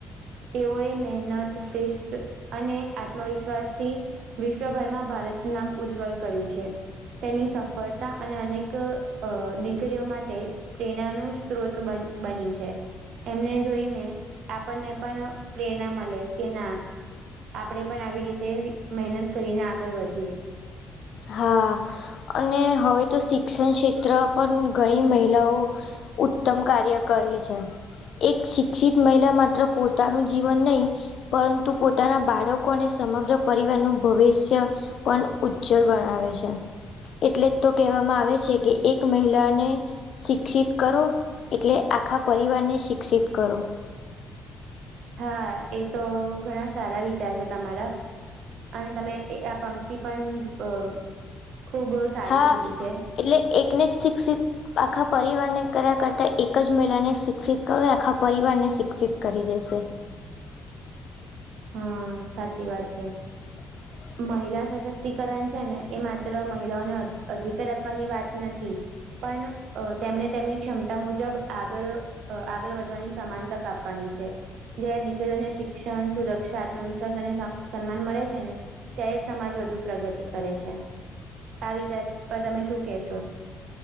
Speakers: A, on the right; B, on the left.
A: તેઓએ મહેનત શિસ્ત અને આત્મવિશ્વાસથી વિશ્વભરમાં ભારતનું નામ ઉજ્જવળ કર્યું છે તેની સફળતા અને અનેક દીકરીઓ માટે પ્રેરણા નું સ્ત્રોત બન બની છે. એમને જોઈને આપણને પણ અહ પ્રેરણા મલે કે ના આપડે પણ આવી રીતે મહેનત કરીને આગળ વધીએ.
B: હા, અને હવે તો શિક્ષણ ક્ષેત્ર પણ ઘણી મહિલાઓ ઉત્તમ કાર્ય કરે છે. એક શિક્ષિત મહિલા માત્ર પોતાનું જીવન નહીં પરંતુ પોતાના બાળકો અને સમગ્ર પરિવારનું ભવિષ્ય પણ ઉજ્જળ બનાવે છે. એટલે તો કહેવામાં આવે છે કે એક મહિલાને શિક્ષિત કરો એટલે આખા પરિવારને શિક્ષિત કરો.
A: હા, એ તો ઘણા સારા વિચાર છે તમારા. અને તમે એ આ પંક્તિ પણ અહ ખુબ સારી
B: હા
A: કીધી છે.
B: એટલે એકને જ શિક્ષિત તો આખા પરિવારને કર્યા કરતા એક જ મહિલાને શિક્ષિત કરો આખા પરિવારને શિક્ષિત કરી દેશે.
A: હમ્મ, સાચી વાત છે.
B: હ
A: મહિલા સશક્તિકરણ છે ને એ માત્ર મહિલાઓને અધ-અધિકાર આપવાની વાત નથી પણ અહ તેમને તેમની ક્ષમતા મુજબ આગળ અહ આગળ વધવાની સમાન તક આપવાની છે. જયારે દીકરીઓને શિક્ષણ સુરક્ષ આત્મવિશ્વાસ અને સા-સન્માન મળે છે ને ત્યારે જ સમાજ વધુ પ્રગતિ કરે છે. આ વિચાર પર તમે શું કહેશો?